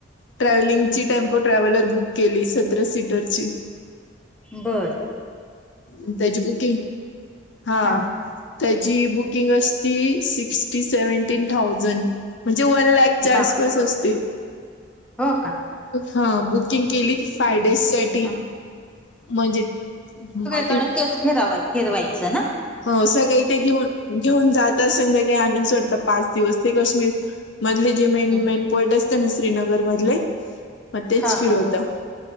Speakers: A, on the left; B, in the centre.
A: ट्रॅव्हलिंग ची टेम्पो ट्रॅव्हलर बुंक केली सतरां सीटरची
B: बरं
A: ऊत्यांची बुकिंग हां
B: हा
A: त्यांची बुकिंग असती सिक्स्टी सेव्हन्टीन थाउजंड म्हणजे वंन लॅक च्यां
B: बाप
A: आसपांस असतें
B: हो कां
A: हां बुकिंग केली फांय
B: हम्म
A: डेजं सांठी
B: ह
A: म्हणजे मं
B: कडकेचं फिरवां फिरवायचं नां
A: हो सगळें ते घेऊन घेऊन जातं तरं संध्याकाळी आंणून सोडंता पांच दिवसं ते काश्मीर मधले जे मेन
B: हम्म
A: मेन स्पोर्ट असते नां श्रीनगंर मधले मंग तेचं
B: हा
A: फिरवतां
B: हा